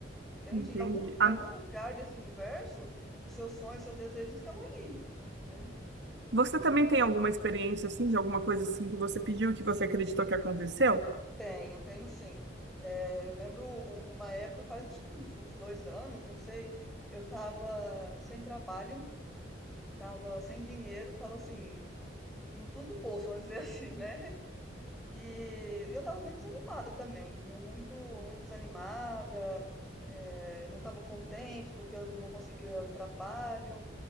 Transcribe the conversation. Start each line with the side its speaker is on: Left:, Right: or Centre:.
Centre: entende?
Right: entendi.
Centre: Em algum, em
Right: Ah,
Centre: algum lugar desse universo, os seus sonhos, os seus desejos estão ali, né?
Right: você também tem alguma experiência assim, de alguma coisa assim que você pediu, que você acreditou que aconteceu?
Centre: Tenho, tenho sim. É, eu lembro um- uma época, faz acho que uns, uns dois anos, não sei, eu tava sem trabalho, tava sem dinheiro, tava assim, no fundo do poço, vamos dizer <laughs> assim, né? E eu tava muito desanimada também, né? Muito, muito desanimada, eh, não tava contente porque eu não conseguia trabalho.